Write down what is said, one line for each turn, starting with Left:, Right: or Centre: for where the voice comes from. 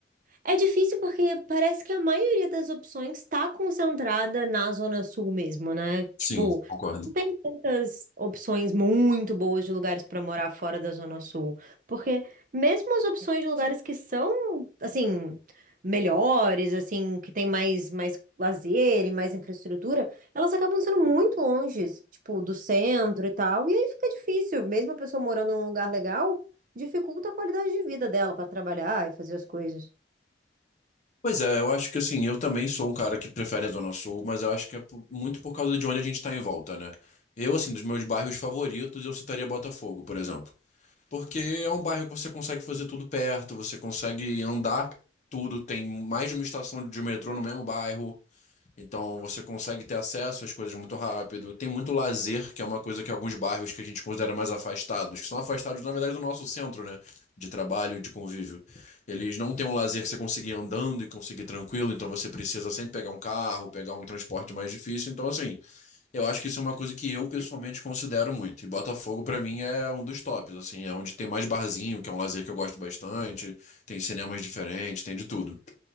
Right: é difícil porque parece que a maioria das opções está concentrada na Zona Sul mesmo, né?
Left: Sim,
Right: Tipo,
Left: concordo.
Right: não tem tantas opções muito boas de lugares para morar fora da Zona Sul. Porque mesmo as opções de lugares que são, assim, melhores, assim, que tem mais, mais lazer e mais infraestrutura, elas acabam sendo muito longe, tipo, do centro e tal. E aí fica difícil, mesmo a pessoa morando num lugar legal, dificulta a qualidade de vida dela para trabalhar e fazer as coisas.
Left: Pois é, eu acho que assim, eu também sou um cara que prefere a Zona Sul, mas eu acho que é por- muito por causa de onde a gente tá em volta, né? Eu, assim, dos meus bairros favoritos, eu citaria Botafogo, por exemplo. Porque é um bairro que você consegue fazer tudo perto, você consegue andar tudo, tem mais de uma estação de metrô no mesmo bairro. Então você consegue ter acesso às coisas muito rápido. Tem muito lazer, que é uma coisa que alguns bairros que a gente considera mais afastados, que são afastados, na verdade, do nosso centro, né? De trabalho, de convívio. Eles não têm um lazer que você conseguir andando e conseguir tranquilo, então você precisa sempre pegar um carro, pegar um transporte mais difícil. Então, assim, eu acho que isso é uma coisa que eu pessoalmente considero muito. E Botafogo, pra mim, é um dos tops, assim, é onde tem mais barzinho, que é um lazer que eu gosto bastante, tem cinemas diferentes, tem de tudo.